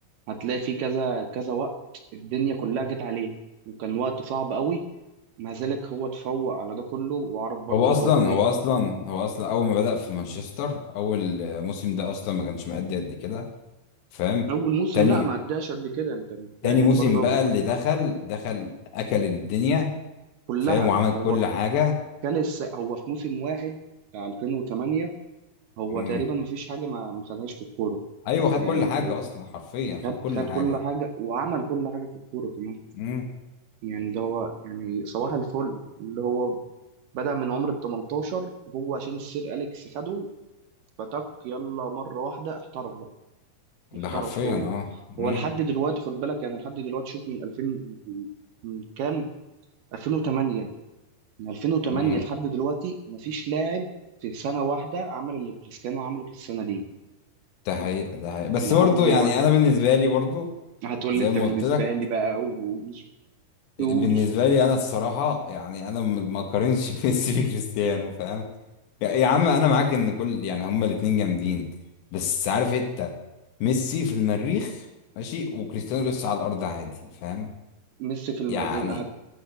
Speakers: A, on the right; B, on the left.
A: هتلاقي في كذا كذا وقت الدنيا كلها جت عليه وكان وقت صعب قوي مع ذلك هو اتفوق على ده كله وعرف برضه
B: هو
A: اللي
B: أصلا
A: هو ايه
B: هو أصلا هو أصلا أول ما بدأ في مانشستر أول موسم ده أصلا ما كانش مأدي قد كده فاهم
A: اول موسم
B: تاني
A: لا ما اداش قد كده انت متفق-
B: تاني
A: يعني
B: موسم
A: برضه
B: بقى اللي دخل دخل أكل الدنيا
A: كلها
B: فاهم وعمل
A: ما
B: كل
A: هو
B: حاجة
A: كل الس- هو في موسم واحد بتاع 2008 هو
B: مم.
A: تقريبا ما فيش حاجة ما ما خدهاش في الكورة
B: أيوه خد
A: يعني
B: كل حاجة
A: هو
B: أصلا حرفيا خد
A: خد
B: كل
A: خد
B: حاجة
A: كل حاجة وعمل كل حاجة في الكورة كمان
B: مم.
A: يعني ده هو يعني صباح الفل اللي هو بدأ من عمر ال 18 هو عشان السير أليكس خده فتك يلا مرة واحدة احترف بقى
B: ده
A: احترف
B: حرفيا
A: هو
B: أه مم.
A: هو لحد دلوقتي خد بالك يعني لحد دلوقتي شوف من 2000 من من كام 2008 من 2008
B: مم.
A: لحد دلوقتي مفيش لاعب في سنة واحدة عمل اللي كريستيانو عمله في السنة دي
B: ده حقيقة ده حقيقة بس
A: لحد
B: برضه
A: دلوقتي
B: يعني أنا بالنسبة لي برضه
A: هتقول
B: زي
A: لي انت
B: ما
A: بالنسبة
B: قلت لك
A: لي بقى قول قول
B: بالنسبة لي أنا الصراحة يعني أنا م- ما أقارنش <laughs> ميسي بكريستيانو فاهم يا يا عم أنا معاك إن كل يعني هما الاتنين جامدين بس عارف أنت ميسي في المريخ ماشي وكريستيانو لسه على الأرض عادي فاهم
A: ميسي في الم...
B: يعني